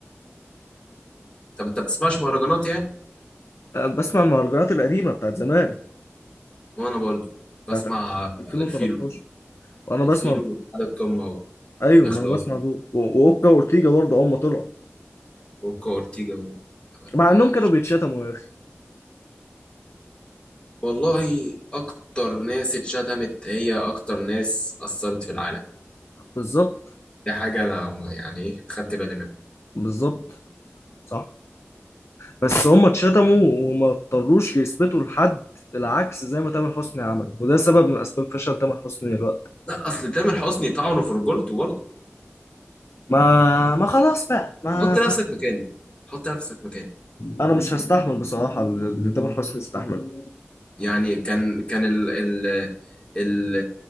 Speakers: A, on the left; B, on the left.
A: طب انت بتسمعش مهرجانات يعني
B: أه، بسمع المهرجانات القديمه بتاعت زمان
A: وانا برضو بسمع
B: بتاعت 2013
A: الفيلو
B: وانا بسمع
A: الفيلو على القمه
B: ايوه
A: ودخلوية
B: ما انا بسمع دول و- واوكا واورتيجا برضه اول ما طلعوا
A: وكا اورتيجا و- ولا-
B: مع انهم كانوا بيتشتموا يا اخي
A: والله اكتر ناس اتشتمت هي اكتر ناس اثرت في العالم
B: بالظبط
A: دي حاجه انا م- يعني ايه خدت بالي منها
B: بالظبط صح بس هم اتشتموا وما اضطروش يثبتوا لحد العكس زي ما تامر حسني عمل وده سبب من اسباب فشل تامر حسني دلوقتي
A: لا اصل تامر حسني طعنه في رجولته برضه
B: ما ما خلاص بقى ما
A: حط نفسك مكانه حط نفسك مكانه
B: انا مش هستحمل بصراحه اللي تامر حسني استحمله
A: يعني كان كان ال ال ال